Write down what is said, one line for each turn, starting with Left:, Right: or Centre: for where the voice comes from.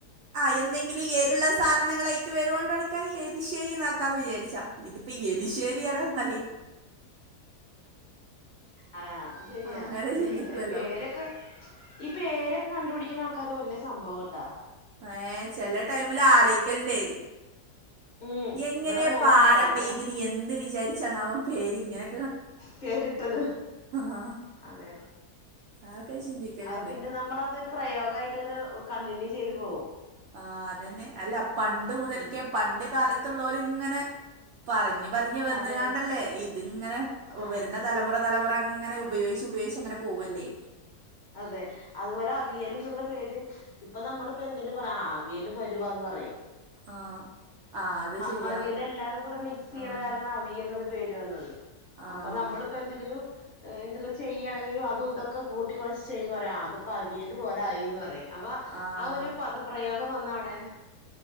Right: ആഹ് എന്തെങ്കിലും എരുള്ള സാധനങ്ങളേക്ക് വെരുകോണ്ടാരിക്ക ഈ എരിശേരിനാക്കാന്ന് വിചാരിച്ചാ. ഇതിപ്പ എലിശേരിയറഞ്ഞാല്.
Left: ആഹ് അത് ശെരിയാ
Right: അങ്ങനെ
Left: ഇതെങ്ങനെ
Right: ചിന്തിക്കുവല്ലോ
Left: പേര ഈ പേരക്കെ കണ്ടുപിടിക്കുന്ന ആൾക്കാര് വെല്ല്യ സംഭവം കട്ടാ.
Right: ഏഹ് ചെലെ ടൈമില് പആലയ്ക്കൽണ്ടെ.
Left: ഉം
Right: എങ്ങനെയപ്പ
Left: ഇവിടെ മോൻ പറയും
Right: ആരാപ്പ
Left: ഞാ
Right: ഇതിന് എന്ത് വിചാരിച്ചാണ് ആവോ പേര് ഇങ്ങനെ
Left: പേരിട്ടത്
Right: ആഹ്
Left: അതെ.
Right: അതൊക്കെ ചിന്തിക്കലുണ്ട്
Left: അത് പിന്നെ നമ്മളതൊരു പ്രയോഗയിട്ടിങ്ങനെ കണ്ടിന്യൂ ചെയ്ത് പോവും.
Right: ആഹ് അതെന്നെ അല്ല പണ്ട് മുതൽക്കേ
Left: ഉം
Right: പണ്ട് കാലത്തുള്ളോര് ഇങ്ങനെ പറഞ്ഞ് പറഞ്ഞ് വന്ന്ങ്ങാണ്ടല്ലേ
Left: അതെ
Right: ഇതിങ്ങനെ
Left: ആഹ്
Right: വെരുന്ന തലമുറ തലമുറങ്ങനെ ഉ പയോഗിച്ച് ഉപയോഗിച്ച് അങ്ങനെ പോവല്ലേ.
Left: അതെ അതുപോലെ അവിയല്ന്ന്ള്ള പേര് ഇപ്പ നമ്മളിപ്പ എന്തിന് പറ ആഹ് അവിയല് പരുവാന്ന് പറയും.
Right: ആഹ് ആഹ് അത്
Left: അ
Right: ശരിയാ
Left: അവിയല് എല്ലാതും കൂടെ മിക്സയ്യെണ
Right: ആഹ്
Left: കാരണാണ് അവിയൽന്നുള്ള പേര് വന്നത്.
Right: ആഹ്
Left: അപ്പ നമ്മളിപ്പ എന്തെങ്കിലും എന്തെങ്കിലും ചെയ്യാണെങ്കിലും അതുതൊക്കെ കൂ ട്ടികൊഴച്ച് ചെയ്യുമ്പറിയും ആ അതിപ്പ അവിയല് പോലായിന്ന് പറയും അപ്പ
Right: ആഹ്
Left: ആ ഒരു പദ പ്രയോഗം വന്നവടെ.